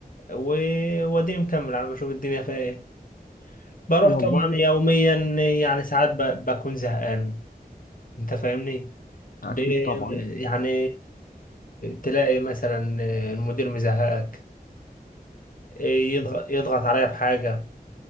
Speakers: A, on the left; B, on the left.
A: ووديني مكمل على ما اشوف الدنيا فيها ايه بروح
B: والله
A: طبعا يوميا يعني ساعات ب... بكون زهقان انت فاهمني
B: اكيد
A: ليه؟
B: طبعا
A: يعني تلاقي مثلا المدير مزهقك يضغط
B: مهم.
A: يضغط عليا في حاجة